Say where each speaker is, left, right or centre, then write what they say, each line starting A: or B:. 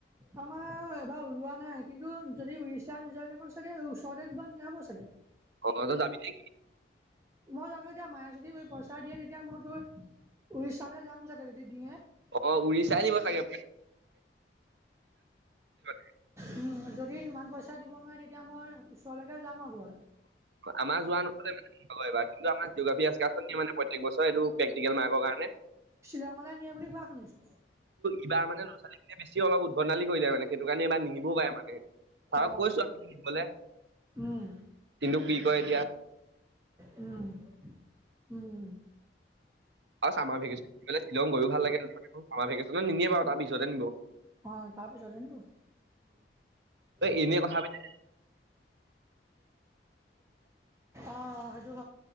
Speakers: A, on the right; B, on the right.
A: আমাৰ এবাৰ ওলোৱা নাই কিন্তু যদি উৰিষ্যা নোযোৱা বিলাকক চাগে ওচৰে ক'ৰবাত নিয়াব চাগে?
B: অ', তই যাবি নেকি?
A: মই জানো এতিয়া মায়ে যদি পইচা দিয়ে তেতিয়া মইতো উৰিষ্যালৈ যাম চাগে যদি দিয়ে।
B: অ', উৰিষ্যা নিব ছাগে? <inaudible>
A: উম যদি ইমান পইচা দিব নোৱাৰে তেতিয়া মই ওচৰলৈকে যাম আৰু কৰবালৈ।
B: আমাৰ যোৱা নহলে <inaudible> এইবাৰ কিন্তু আমাৰ জিঅ'গ্ৰাফিক একাৰ্ষণ <inaudible> মানে প্ৰত্যেক বছৰে এইটো প্ৰেকটিকেল মাৰ্কৰ কাৰণে।
A: শ্বিলঙলৈ নিয়ে বুলি কোৱা শুনিছো।
B: ইবাৰ মানে লৰা ছোৱালীখিনে বেছি অলপ উদ্ভণালি কৰিলে মানে। সেইটো কাৰণে এইবাৰ নিনবও পাৰে মানুে, ছাৰক
A: অ
B: কৈছো আৰু নিবলৈ-
A: উম
B: কিন্তু কি কয় এতিয়া।
A: উম', উম'-উম'।
B: আৰু সামাৰ ভেকেশনত শ্বিলং গৈও ভাল লাগে ভেকেশনত নিনিয়ে বাৰু তাৰ পিছতে নিব-
A: অ তাৰ পিছতে নিব-
B: এনে কথা পাতি
A: অ- <unintelligible>